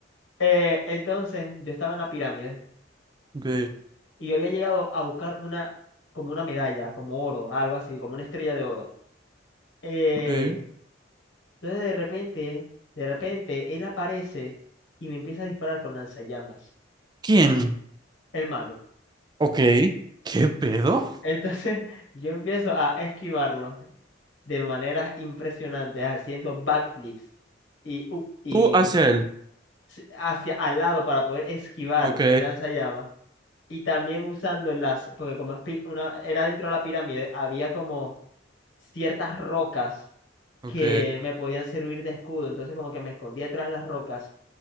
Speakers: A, on the left; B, on the right.
A: Eh, entonces, yo estaba en la pirámide
B: Ok,
A: y yo había llegado a buscar una, como una medalla, como oro, algo así, como una estrella de oro. Eh,
B: ok.
A: entonces, de repente, de repente, él aparece y me empieza a disparar con lanzallamas,
B: ¿Quién?
A: el malo.
B: Ok. ¿Qué pedo?
A: Entonces, <laughs> yo empiezo a esquivarlo de maneras impresionantes, haciendo backflips y, u- y
B: Tú hacia él.
A: hacia al lado para poder esquivar
B: Ok,
A: el lanzallamas y también usando las, porque como es pi- una, era dentro de la pirámide, había como ciertas rocas
B: ok.
A: que me podían servir de escudo, entonces como que me escondía tras las rocas